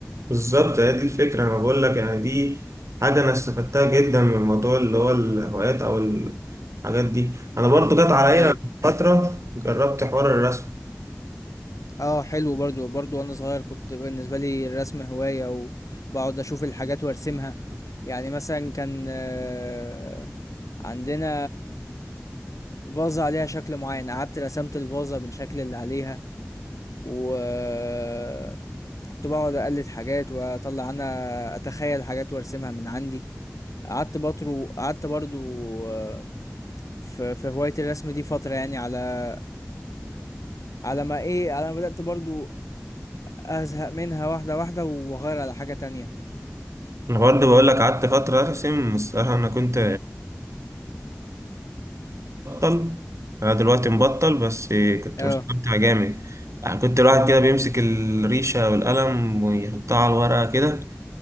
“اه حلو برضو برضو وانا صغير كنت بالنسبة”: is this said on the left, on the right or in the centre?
Left